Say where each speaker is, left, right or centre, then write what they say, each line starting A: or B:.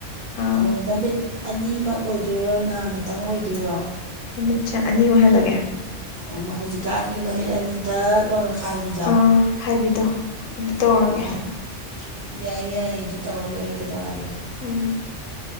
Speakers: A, on the left (about 80°); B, on the right (about 45°).
A: ꯑꯥ
B: ꯑꯣ ꯃꯃꯤꯠ ꯑꯅꯤꯃꯛ ꯑꯣꯏꯗꯣꯏꯔꯣ ꯅꯥꯃꯇꯪ ꯑꯣꯏꯗꯣꯏꯔꯣ
A: ꯑꯃꯃꯤꯠꯁ ꯑꯅꯤ ꯑꯣꯏꯍꯜꯂꯒꯦ
B: ꯑꯣ ꯍꯧꯖꯤꯛꯀꯥꯟꯒꯤ ꯃꯃꯤꯠ ꯑꯅꯤꯗ ꯂꯅ ꯈꯥꯏꯕꯤꯗꯣ
A: ꯑꯥ ꯍꯥꯏꯕꯤꯗꯣ ꯑꯗꯨ ꯇꯧꯔꯒꯦ
B: ꯑꯣ ꯌꯥꯏ ꯌꯥꯏꯌꯦ ꯑꯗꯨ ꯇꯧꯔ ꯂꯣꯏꯔꯦ ꯀꯩꯗꯧꯔꯒꯦ
A: ꯎꯝ